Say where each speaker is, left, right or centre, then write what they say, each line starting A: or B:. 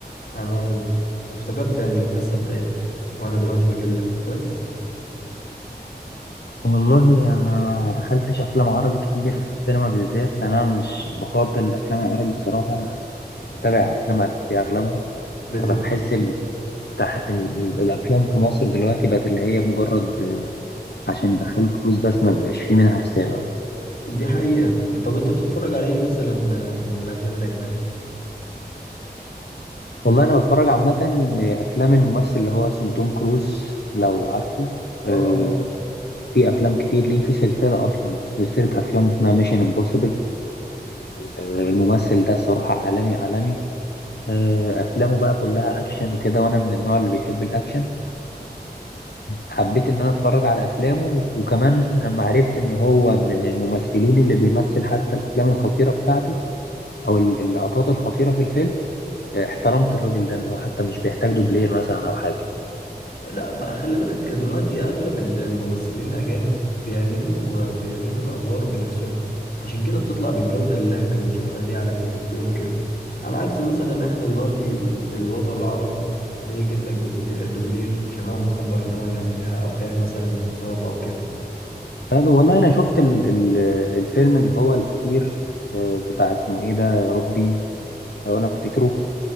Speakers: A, on the left; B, on the left.
A: انا افتكرت يعني القصه بتاعتها وانا دلوقتي بكلمك بس
B: والله انا ما دخلتش افلام عربي كتير في السينما بالذات لان انا مش بفضل الافلام العربي الصراحه بتابع افلام اجنبي اغلبها
A: بتت...
B: انا بحس ال... تح... ال... ال... الافلام في مصر دلوقتي بقت اللي هي مجرد عشان يدخلوا فلوس بس ما بيبقاش فيه منها رساله اصلا
A: دي حقيقه طب انت بتتفرج على ايه مثلا من الافلام الاجنبي
B: والله انا بتفرج عامه لافلام الممثل اللي هو اسمه توم كروز لو عارفه
A: اه
B: آه، في افلام كتير ليه في سلسله اصلا سلسله افلام اسمها ميشن امبوسيبل الممثل ده الصراحه عالمي عالمي آه، افلامه بقى كلها اكشن وكده وانا من النوع اللي بيحب الاكشن حبيت ان انا اتفرج على افلامه وكمان اما عرفت ان هو من الممثلين اللي بيمثل حتى الافلام الخطيره بتاعته او ال- اللقطات الخطيره في الفيلم آه، احترمت الراجل ده ان هو حتى مش بيحتاج دوبلير مثلا او حاجه
A: لا بقى خلي بالك دلوقتي اغلب الممثلين الاجانب بيعملوا بيعملوا الادوار بنفسهم عشان كده بتطلع بالجودة اللي احنا بنشوفها دي على التلفزيون وكده على عكس مثلا احنا دلوقتي في الوطن العربي تلاقيه يجيب لك دوبلي- دوبلير عشان هو متكبر ان هو يعملها او خايف مثلا انه يتصاب او كده
B: هذا والله انا شفت ال- ال- الفيلم اللي هو الاخير آه، بتاع اسمه ايه ده يا ربي لو انا افتكره